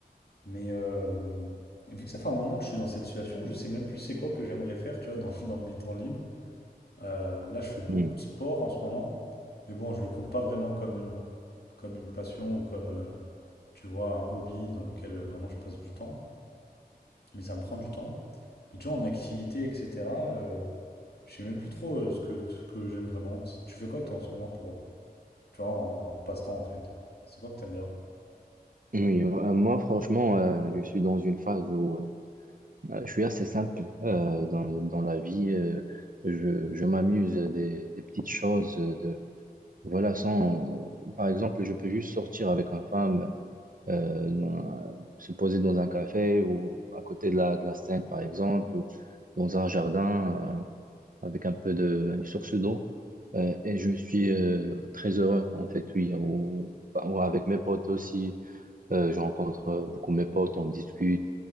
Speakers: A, on the left (about 70°); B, on the right (about 55°).
A: Mais euh, vu que ça fait un moment que je suis dans cette situation, je sais même plus c'est quoi que j'aimerais faire, tu vois, dans, <laughs> dans mes temps libres. Euh, là, je fais beaucoup
B: Mm.
A: de sport en ce moment, mais bon, je le compte pas vraiment comme une, comme une passion ou comme, euh, tu vois, un hobby dans lequel euh, vraiment je passe du temps. mais ça me prend du temps. Mais tu vois, en activité, etc., euh, je sais même plus trop euh, ce que, ce que j'aime vraiment. Tu tu fais quoi, toi, en ce moment, pour, tu vois, en passe-temps, en fait? C'est quoi que t'aimes bien?
B: Oui, euh, moi franchement, euh, je suis dans une phase où euh, euh, je suis assez simple euh, dans, dans la vie. euh, je je m'amuse des, des petites choses. euh, De, voilà, sans, par exemple, je peux juste sortir avec ma femme, euh, dans- se poser dans un café ou à côté de la, de la Seine, par exemple, ou dans un jardin euh, avec un peu de une source d'eau. Euh, et je suis euh, très heureux, en fait, oui, ou, ou avec mes potes aussi. Euh, je rencontre euh, beaucoup mes potes, on discute.